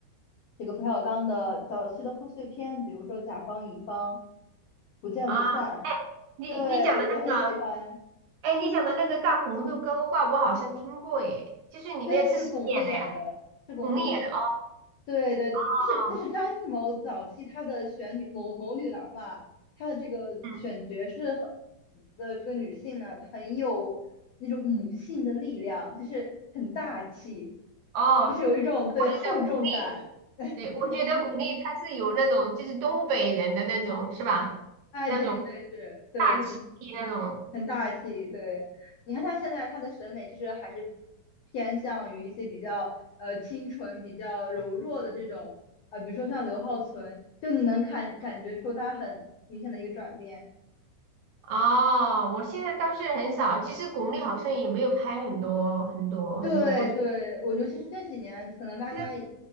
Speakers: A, on the left; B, on the right.
A: 这个冯小刚的早期的贺岁片，比如说《甲方乙方》，《不见不散》，
B: 啊，你你讲的那个，
A: 对，我我很喜欢。
B: 哎，你讲的那个大红豆高高挂，我好像听过耶，就是里面是谁演的呀？
A: 对，是巩俐演的，是巩俐演的。
B: 巩俐演的
A: 对对对，
B: 哦，
A: 就是就是张艺谋早期他的选女谋谋女郎嘛，他的这个选角是很
B: 嗯，
A: 的这个女性呢，很有那种母性的力量，就是很大气，
B: 哦。
A: 就是有一种对厚重感。
B: 我记得佟丽对，我觉得巩俐它是有那种就是东北人的那种是吧？
A: 对
B: 那种
A: 对对，是，对，
B: 大气那种。
A: 就是很大气，对。你看他现在他的审美其实还是偏向于一些比较呃清纯、比较柔弱的这种，呃，比如说像刘浩存，就你能看感觉出他很明显的一个转变。
B: 哦，我现在倒是很少，其实巩俐好像也没有拍很多很多很多。
A: 对对，
B: 其
A: 我觉得其实这几年可能大家已
B: 实